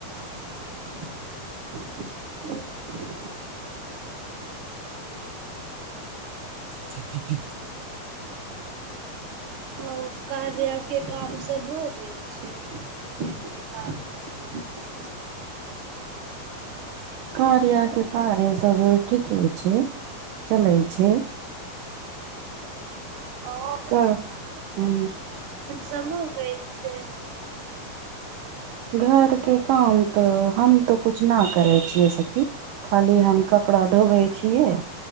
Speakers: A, on the right; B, on the right.
A: ह
B: <inaudible>
A: ओ कअल्या कि के काम सब हो गेल छै। के काम <inaudible>
B: कार य के कार सब ठीके छै। चले छै।
A: ओ
B: क हँ
A: सबो ग छै।
B: घरके काम तऽ हम तऽ कुछ न करे छीियै। सखी खाली हम कपड़ा धोबै छियै।